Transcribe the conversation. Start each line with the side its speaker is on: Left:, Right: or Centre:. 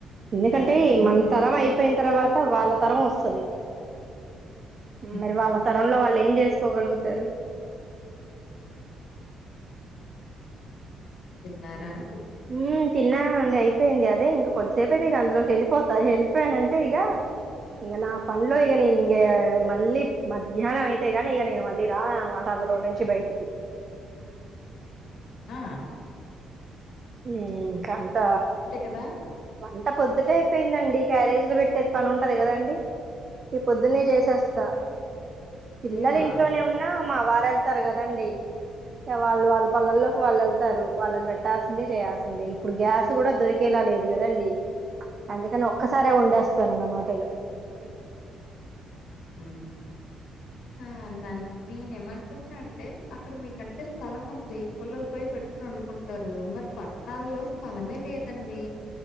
Left: తిన్నారా
Right: ఎందుకంటే
Left: టిఫిన్
Right: మన
Left: తిన్
Right: తరం అయిపోయిన తర్వాత వాళ్ళ తరం ఒస్తది హ్మ్
Left: మ్మ్
Right: మరి వాళ్ళ తరంలో వాళ్ళు ఏం చేసుకోగలుగుతారు.
Left: తిన్నారా అండి.
Right: ఉమ్ తిన్నా అండి అయిపోయింది అదే ఇంక కొద్దిసేపయితే ఇక అందులోకి వెళ్ళిపోతా వెళ్ళిపోయానంటే ఇగ ఇంగ నా పన్లో ఇగ నేనింగ మళ్ళీ మధ్యాహ్నం అయితే గానీ ఇగ నేను మళ్ళీ రాననమాట అందులో నుంచి బైటికి
Left: ఆ
Right: ఇంకంత
Left: కదా
Right: వంట పొద్దుటే అయిపోయిందండి. క్యారేజ్లు పెట్టే పనుంటది కదండి. ఇగ పొద్దున్నే చేసేస్తా పిల్లలింట్లోనే
Left: దేవా
Right: ఉన్నా మా వార్ రెళ్తారు కదండి ఇక వాళ్ళు వాళ్ళ పల్లల్లోకి వాళ్ళేళ్తారు వాళ్ళకి పెట్టా ల్సిందే చేయాల్సిందే ఇప్పుడు గ్యాస్ కూడా దొరికేలా లేదు కదండి. అందుకని ఒక్కసారే వొండేస్తానన్నమాటిగా
Left: మ్. ఆ అన్నాన్ నేనేమమనుకుంటున్నా అంటే అక్కడ మీకంటే స్థలం ఉంది పుల్లల పోయి పెట్టు కొనొండుకుంటారు మరి పట్ణాల్లో స్థలమే లేదండి.